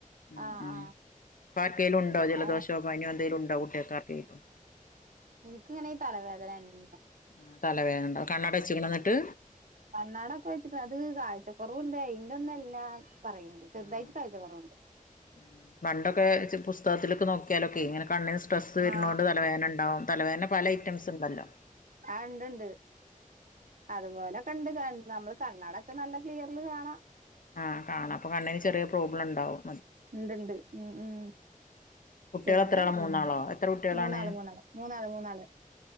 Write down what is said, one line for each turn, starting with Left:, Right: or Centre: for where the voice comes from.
Left: ഉം
Right: ആ
Left: ഉം
Right: ആ
Left: ഇപ്പാർക്കേലുണ്ടോ
Right: എല്ലാ
Left: ജലദോഷോ പന്യോ എന്തേലുണ്ടോ കുട്ട്യാക്കർക്കേലും.
Right: ഇൻക്ക് ങ്ങനെ ഈ തലവേദനെന്നെ
Left: ഉം തലവേദനെണ്ടാവും കണ്ണട വച്ച്ക്ക്ണൊ ന്നട്ട്.
Right: കണ്ണാടെക്കെ വെച്ചിക്ക്ണ് അത് കാഴ്ച കൊറവ്ണ്ട് അയിൻ്റൊന്നല്ലാ പറയ്ണ്ട് ചെർതായിട്ട്
Left: ആഹ്
Right: കാഴ്ച കൊറവ്ണ്ട്.
Left: ഉം പണ്ടൊക്കെ ഇച്ച് പുസ്തകത്തില്ക്ക് നോക്ക്യാലൊക്കെ ഇങ്ങനെ കണ്ണിന് സ്ട്രെസ്സ് വര്ണോണ്ട്
Right: ആ
Left: തലവേദന ണ്ടാവും. തലവേദന പല ഐറ്റംസ് ണ്ടല്ലോ.
Right: ആഹ് ഇണ്ട് ണ്ട് അത്പോലെക്കെണ്ട് കണ് നമ്മള് കണ്ണടെച്ച നല്ല ക്ലിയറില് കാണാ.
Left: ആഹ് കാണാ അപ്പൊ കണ്ണിന് ചെറ്യേ പ്രോബ്ലണ്ടാവും.
Right: ഇണ്ട് ണ്ട് ഉം ഉം
Left: കുട്ടികൾ
Right: പിന്നെ
Left: എത്ര ആളാ മൂന്നാളോ എത്ര കുട്ടികളാണ്
Right: മൂന്നാള് മൂന്നാള് മൂന്നാള് മൂന്നാള്